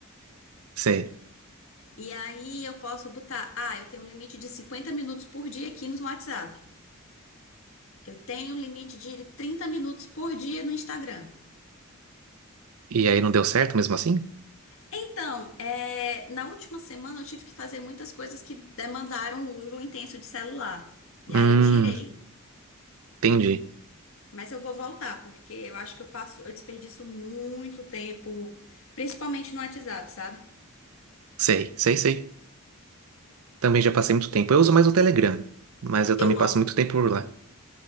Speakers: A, on the right; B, on the left.
A: Sei.
B: E aí eu posso botar, ah, eu tenho um limite de 50 minutos por dia aqui no WhatsApp. Eu tenho um limite de 30 minutos por dia no Instagram.
A: E aí não deu certo mesmo assim?
B: Então, é, na última semana eu tive que fazer muitas coisas que demandaram o uso intenso de celular. E
A: Hum,
B: aí eu tirei.
A: entendi.
B: Mas eu vou voltar, porque eu acho que eu passo, eu desperdiço muito tempo, principalmente no WhatsApp, sabe?
A: Sei, sei, sei. Também já passei muito tempo. Eu uso mais o Telegram, mas eu
B: Eu
A: também
B: amo,
A: passo muito tempo por lá.